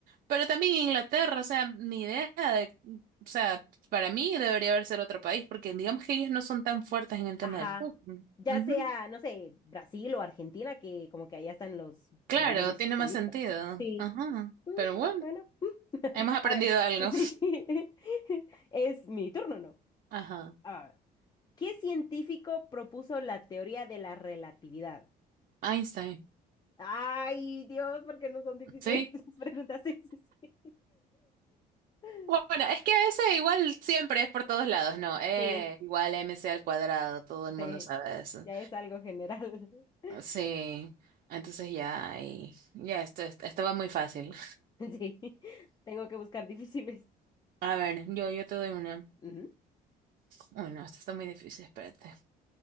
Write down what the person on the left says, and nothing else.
Ajá.
Ya
sea, no sé, Brasil o Argentina, que como que allá están los
mayores
futbolistas.
Sí.
Mm,
bueno. <laughs>
A ver,
sí. <laughs> Es mi turno, ¿no?
A ver. ¿Qué científico propuso la teoría de la relatividad?
Ay, Dios, porque no son difíciles
<laughs> esas preguntas. Sí, sí, sí. <laughs>
Sí,
sí,
ya es algo general. <laughs>
Sí, tengo que buscar difíciles.
Ujú.